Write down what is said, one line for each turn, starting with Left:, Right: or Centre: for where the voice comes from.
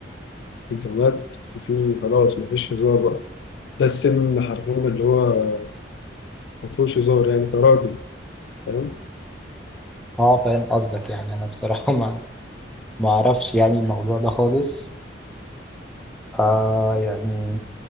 Left: التزامات وفي خلاص مفيش هزار بقى ده السن حرفيا اللي هو مفيهوش هزار يعني كراجل فاهم
Centre: أه فاهم قصدك يعني أنا بصراحة ما ما أعرفش يعني الموضوع ده خالص آه يعني